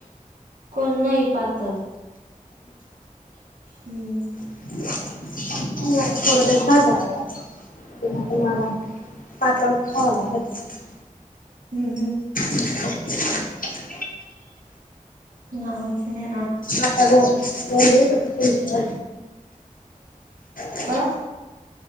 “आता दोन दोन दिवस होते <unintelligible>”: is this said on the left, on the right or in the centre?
Left